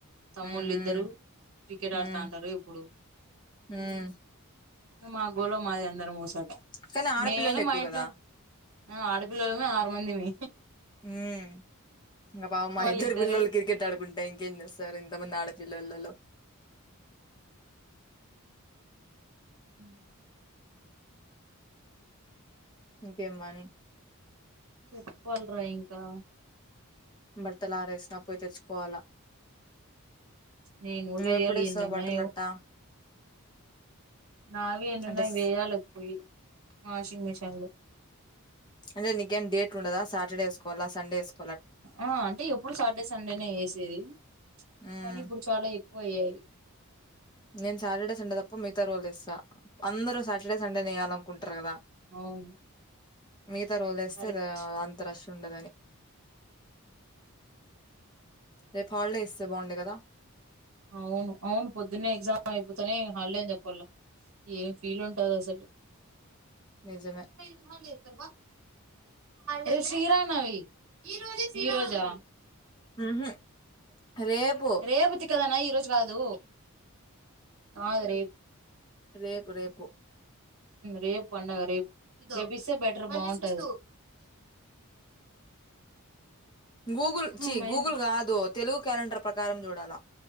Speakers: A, on the right; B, on the left.
A: తమ్ముళ్ళిద్దరు
B: హ్మ్
A: క్రికెట్
B: హ్మ్
A: ఆడుతంటారు ఇప్పుడు
B: హ్మ్
A: మా గోళ మాదే అందరం మోసోట
B: కానీ ఆడపిల్లలు
A: మేను
B: ఎక్కువ
A: మా ఇంట్లో
B: కదా
A: ఆ ఆడపిల్లలమే ఆరు మందిమి
B: ఉమ్ ఇంకా పామ్ ఆ
A: వాళ్ళిద్దరే
B: ఇద్దరు పిల్లలు కిర్ కెట్ ఆడుకుంటే ఇంకేం చేస్ సరిన్ ఇంతమంది ఆడపిల్లల్లాల లో
A: హ <inaudible>
B: ఇంకేమ్ వాని
A: చెప్పాలరా ఇంకా
B: బట్టలారేసినా పోయి తెచ్చుకోవాలా
A: నేను కూడా వేయాలి
B: ఎప్పుడే
A: ఎన్నిన్నాయో
B: అసావు బట్టలట్టా
A: నావి ఎన్నన్నా
B: అంటే స్
A: వేయాల పోయి వాషింగ్ మిషిన్ లో
B: అంటేకేం డేట్ ఉండద సాటర్డే వేసుకోలా సండేసుకోల
A: ఆ అంటే ఎప్పుడు సాటర్డే సండేనే వేసేది
B: హ్మ్
A: కానీ ఇప్పుడు చాలా ఎ పోయే
B: నేను సాటర్డే సండే తప్ప మిగతా రోజులు లేస్సా అందరు సాటడే సండే నే ఎయ్యాలనుకుంటారు కదా
A: అవును
B: మిగతా రోజు లేేస్తే
A: కరెక్ట్
B: అంత రష్ ఉండదని రేపు హాల్డ ఇస్తే బాగుండే కదా
A: అవును అవును పొద్దున్నే ఎగ్జామ్ అయిపోతనే హాలిడే ని చెప్పాల ఏం ఫీల్ ఉంటది అసలు
B: నిజమే
A: ఇన్వాల్వ్ చేస్తావా రేపు శ్రీరామనవమి ఈ రోజా
B: ఉహు రేపు
A: రేపు దానా ఈ రోజు కాదు కాదు రేపు
B: రేపు రేపు
A: రేపు పండుగ రేపు ఇ తేపిస్తే బెటర్ బాగుంటది
B: గూగుల్ చీ
A: హమ్మయ్య
B: గూగుల్ కాదో తెలుగు క్యాలెండర్ ప్రకారం చూడాలా